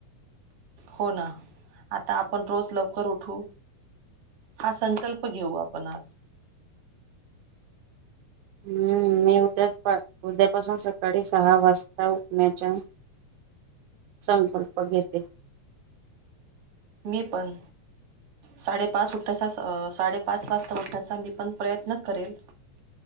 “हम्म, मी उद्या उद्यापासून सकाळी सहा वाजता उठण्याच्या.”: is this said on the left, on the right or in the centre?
Right